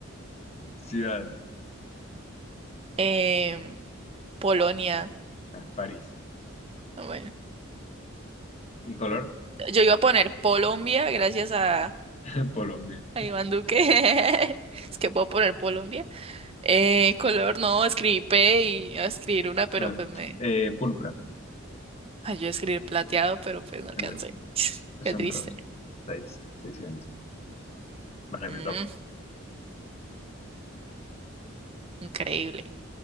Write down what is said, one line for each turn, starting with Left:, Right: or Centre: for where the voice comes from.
Left: Ciudad.
Right: em, Polonia.
Left: Ah, París.
Right: Ah, Bueno,
Left: Y color,
Right: yo iba a poner Colombia gracias a,
Left: <laughs> Colombia.
Right: a Iván Duque. <laughs> Es que puedo poner Colombia. Eh, color no, escribí P y iba a escribir una, pero
Left: Ah,
Right: pues me
Left: eh, púrpura.
Right: ayudó a escribir plateado, pero pues no alcancé.
Left: Entonces,
Right: <sniffs> <laughs> Qué
Left: son
Right: triste.
Left: todos. Seis, seiscientos Vale,
Right: Mm,
Left: me toca.
Right: increíble.